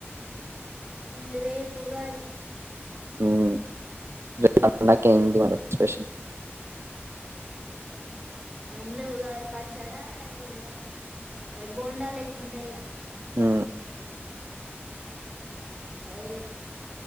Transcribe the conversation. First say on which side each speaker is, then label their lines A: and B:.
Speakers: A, on the right (about 15°); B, on the right (about 70°).
A: ఉ రేపు ఉగాది
B: హ్మ్. రేపు పండాలి ఏం ఉంది మరి స్పీకర్
A: ఏం లే పచ్చడా ఇక బోండా ఎక్కు ఉంటాయి ఇక
B: హ
A: అయ